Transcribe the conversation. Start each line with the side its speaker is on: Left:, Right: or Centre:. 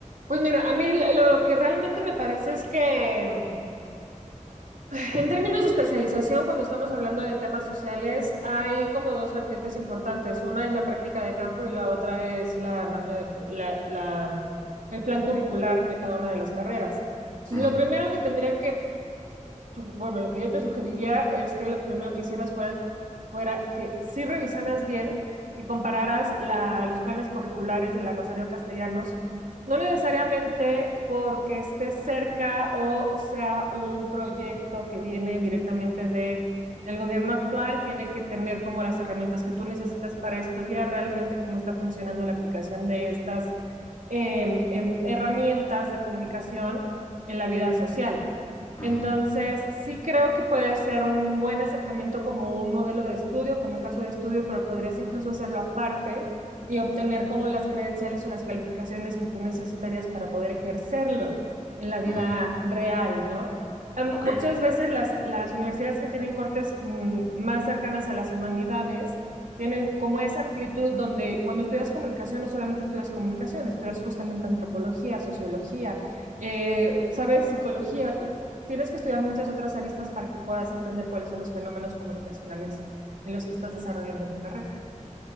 Right: Pues mira, a mí lo que realmente me parece es que mm, <laughs> En términos de especialización, cuando estamos hablando de temas sociales, hay como dos vertientes importantes. Una es la práctica de campo y la otra es la, eh, la- la, mm, el plan curricular de cada una de las carreras. Entonces,
Left: Ujú,
Right: lo primero que tendría que su- bueno, lo que yo te sugeriría es que lo primero que hicieras fuera, fuera que sí revisaras bien y compararas la- los planes curriculares de la Rosario Castellanos, no necesariamente porque esté cerca o sea un proyecto que viene directamente de el gobierno actual, tiene que tener como las herramientas que tú necesitas para estudiar realmente cómo está funcionando la aplicación de estas em, em, herramientas de comunicación en la vida social.
Left: ujú,
Right: Entonces, sí creo que puede ser un buen acercamiento como un modelo de estudio, como un caso de estudio, pero podrías incluso hacerlo aparte y obtener como las credenciales o las calificaciones que tú necesitarías para poder ejercerlo en la vida
Left: ujú,
Right: real, ¿no? Em,
Left: ok.
Right: muchas veces las, las universidades que tienen cortes mm, más cercanas a las humanidades tienen como esa amplitud donde cuando estudias comunicación no solamente estudias comunicación, estudias justamente antropología, sociología eh, ¿sabes? Psicología. Tienes que estudiar muchas otras aristas para que puedas entender cuáles son los fenómenos comunicacionales en los que estás desarrollando tu carrera.